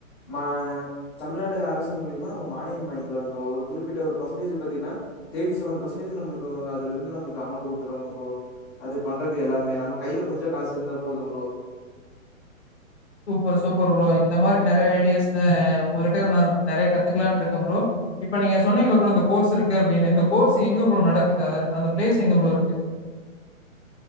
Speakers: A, on the left; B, on the left.
A: மா தமிழ்நாடு அரசு மூலியமா நம்ம மானியம் வாங்கிலாம் ப்ரோ ஒரு குறிப்பிட்ட ஒரு பர்சன்டேஜ் பாத்திங்கன்னா தர்டிசெவன் பர்சன்டேஜ் அதுல இருந்து நம்மலுக்கு அமௌன்ட் குடு குடுத்துருவாங்க ப்ரோ அது பண்றது எல்லா நம்ம கையில கொஞ்சோ காசு இருந்தா போதும் ப்ரோ
B: சூப்பர் சூப்பர் ப்ரோ இந்த மாரி நெறைய ஐடியாஸ் உங்ககிட்டா நா நெறைய கத்துக்கலான்டிருக்கே ப்ரோ இப்ப நீங்க சொன்னீங்கல்ல ப்ரோ இந்த கோர்ஸ் இருக்கு அப்டின்னு கோர்ஸ் எங்க ப்ரோ நடக்குது அந்த ப்ளேஸ் எங்க ப்ரோ இருக்கு